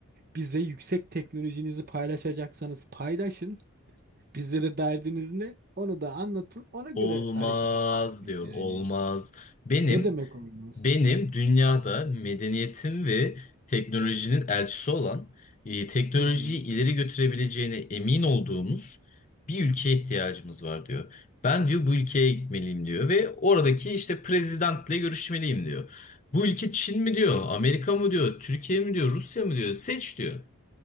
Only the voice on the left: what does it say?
Olmaz
diyor
olmaz. Benim
Benim dünyada medeniyetin ve teknolojinin elçisi olan, e, teknolojiyi
ileri götürebileceğine emin olduğumuz bir ülkeye ihtiyacımız var diyor. Ben diyor bu ülkeye gitmeliyim diyor ve oradaki işte prezidentle görüşmeliyim diyor. Bu ülke Çin mi diyor, Amerika mı diyor, Türkiye mi diyor, Rusya mı diyor, seç diyor.